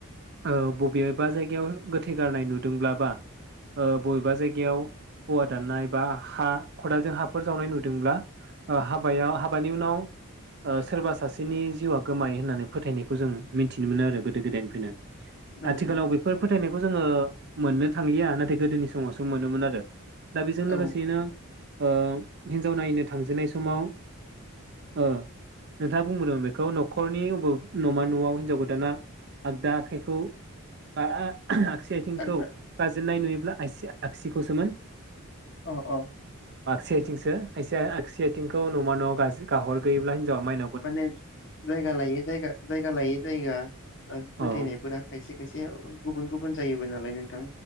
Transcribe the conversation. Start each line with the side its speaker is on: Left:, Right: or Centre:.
Right: ओ बबेबा जायगायाव गोथै गारनाय नुदोंब्ला बा ओ बबेबा जायगायाव औवा दाननाय बा हा खदालजों हाफोर जावनाय नुदोंब्ला ओ हाबायाव हाबानि उनाव सोरबा सासेनि जिउआ गोमायो होननानै फोथायनायखौ जों मिथिनो मोनो आरो गोदो गोदायनिफ्रायनो।
Left: औ
Right: आथिखालाव बेफोर फोथायनाय खौ जोंङो मोननो थांलिया नाथाय गोदोनि समावसो मोनोमोन आरो। दा बेजों लोगोसेनो
Left: औ
Right: ओ हिन्जाव नायनो थांजेननाय समाव ओ नोंथाङा बुंबोदों बेखौ नख'रनि नमा नआव हिनजाव गोदाना आगदा आखाइखौ बा आ आगसि आथिंखौ
Left: आंदा
Right: गाजेननाय नुयोब्ला आसि आगसिखौसोमोन।
Left: अ अ।
Right: सेथिंसो खायसे आगसि आथिंखौ नमा न'आव गाज्रि गाहर ग्रोयोब्ला हिन्जावा
Left: माने जायगा लायै जायगा जायगा लायै जायगा
Right: आरो
Left: फोथायनायफोरा खायसे खायसे खायसे गुबुन गुबुन जायोबो नालाय नोंथां।